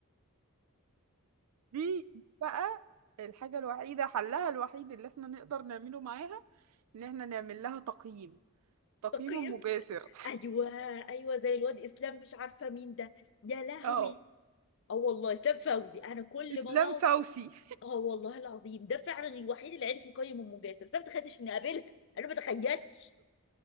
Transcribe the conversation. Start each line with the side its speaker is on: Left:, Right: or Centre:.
Right: دي دي بقى الحاجه الوحيده حلها الوحيد اللي احنا نقدر نعمله معاها ان احنا نعمل لها تقييم تقييم
Left: تقييم
Right: مجاسر
Left: ز- ايوه ايوه زي الواد اسلام مش عارفه مين ده يا لهوي
Right: اه
Left: اه والله اسلام فوزي انا كل
Right: اسلام
Left: ما بقعد
Right: فوسي
Left: اه والله العظيم ده فعلا الوحيد اللي عرف يقيم ام جاسر بس انا ما تخيلتش اني اقابلها انا ما تخيلتش